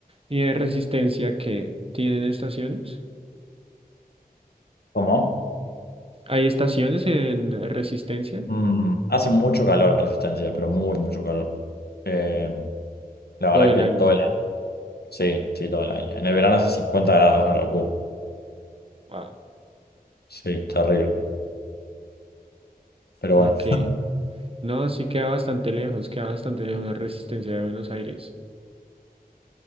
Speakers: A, on the right; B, on the left.
A: y de resistencia que tienen estaciones.
B: ¿Cómo?
A: ¿Hay estaciones en resistencia
B: Mm, hace mucho calor en Resistencia, pero muy, mucho calor. Eh, la
A: todo
B: verdad
A: el
B: que
A: año?
B: todo el año. Sí, sí, todo el año. En el verano hace 50 grados, es una locura.
A: Wow.
B: Sí, es terrible. Pero bueno,
A: Ok. No, sí queda bastante lejos, queda bastante lejos de resistencia de Buenos Aires.